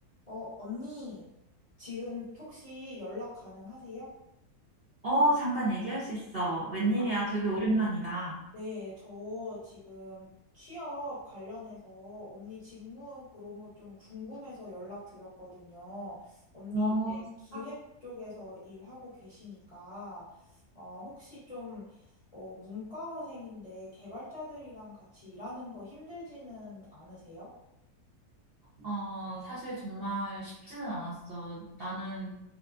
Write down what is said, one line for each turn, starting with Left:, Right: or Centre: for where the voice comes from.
Left: 어, 언니, 지금 혹시 연락 가능하세요?
Right: 어, 잠깐 얘기할 수 있어. 웬일이야.
Left: 아,
Right: 되게 오랜만이다.
Left: 네, 저 지금 취업 관련해서 언니 직무 그 너무 좀 궁금해서 연락드렸거든요. 언니
Right: 어,
Left: 이제
Right: 진짜?
Left: 기획 쪽에서 일하고 계시니까, 어, 혹시 좀, 어, 문과생인데 개발자들이랑 같이 일하는 거 힘들지는 않으세요?
Right: 어, 사실 정말 쉽지는 않았어. 나는,